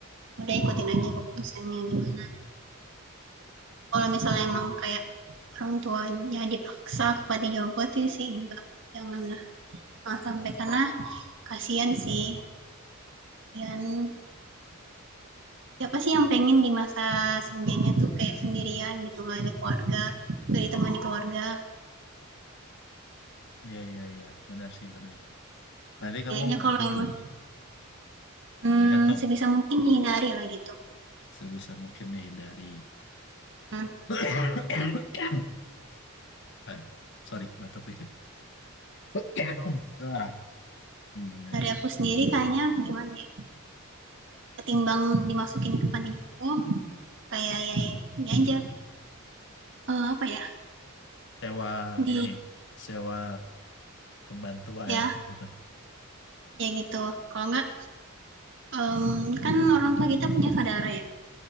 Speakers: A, on the right (about 60°); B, on the left (about 55°).
A: udah ikutin aja keputusannya gimana kalau misalnya emang kayak orang tuanya dipaksa kepada Jompo itu sih enggak janganlah nah, sampai karena kasihan sih kasihan siapa sih yang pengen di masa senjanya tuh kayak sendirian gitu nggak ada keluarga nggak ditemani keluarga
B: Iya, iya, iya. Benar sih, benar. Tadi kamu
A: kayaknya
B: nggak
A: kalau
B: setuju
A: emang
B: kan?
A: Hmm,
B: Tergantung.
A: sebisa mungkin dihindari lah gitu.
B: Sebisa mungkin dihindari.
A: Hmm.
B: <coughs> Aduh, sorry, batuk dikit. <clears throat> Ah, hmm, ya,
A: Dari
B: ya.
A: aku sendiri kayaknya gimana ya, ketimbang dimasukin ke panti jompo, kayak ya ya, ini aja eh, apa ya
B: Sewa
A: di
B: ini, sewa pembantu ART
A: ya
B: gitu.
A: ya gitu. Kalau enggak em, kan orang tua kita punya saudara ya,